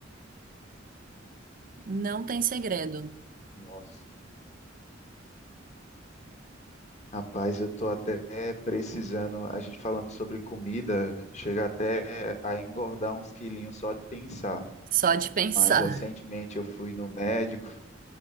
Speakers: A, on the right; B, on the left.
A: Não tem segredo.
B: Nossa. Rapaz, eu tô até precisando, a gente falando sobre comida, chega até a engordar uns quilinhos só de pensar.
A: Só de <laughs> pensar.
B: Mas recentemente eu fui no médico